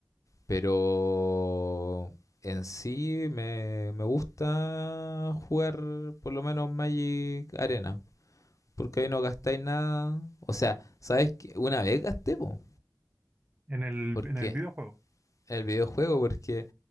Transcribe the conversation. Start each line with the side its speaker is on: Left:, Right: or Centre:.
Left: Pero en sí me, me gusta jugar por lo menos Magic Arena, porque ahí no gastáis nada. O sea, ¿sabes qué? Una vez gasté, po,
Right: en el,
Left: porque
Right: en el videojuego.
Left: el videojuego, porque,